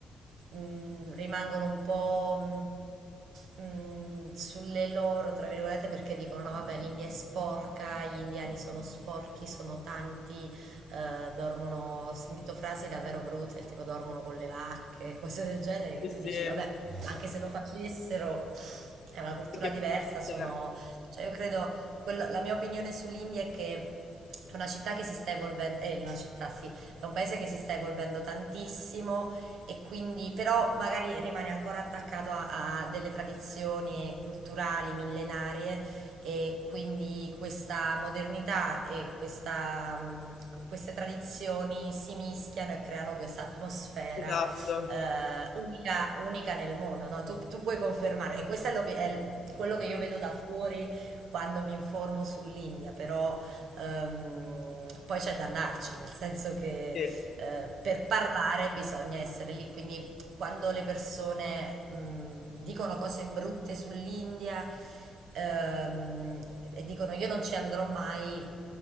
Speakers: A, on the right; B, on the left.
A: mh, rimangono un po' mh, mh, sulle loro, tra virgolette, perché dicono no, vabbè, l'India è sporca, gli indiani sono sporchi, sono tanti, eh, dormono, ho sentito frasi davvero brutte, tipo dormono con le vacche, <laughs> cose del genere, che
B: Sì,
A: tu
B: sì,
A: dici, vabbè, anche se lo facessero... È una cultura
B: perché
A: diversa,
B: per le- cioè,
A: sono cioè, io credo, quello- la mia opinione sull'India è che è una città che si sta evolvendo, è una città, sì, è un paese che si sta evolvendo tantissimo e quindi, però magari rimane ancora attaccato a, a delle tradizioni culturali millenarie e quindi questa modernità e questa, mh, queste tradizioni si mischiano e creano questa atmosfera
B: esatto,
A: eh, unica, unica nel mondo, no? Tu, tu puoi confermare, e questo è, l'opi- è il- quello che io vedo da fuori quando mi informo sull'India, però ehm, poi c'è da andarci, nel senso che
B: sì,
A: eh, per parlare bisogna essere lì, quindi quando le persone mh, dicono cose brutte sull'India ehm, e dicono io non ci andrò mai,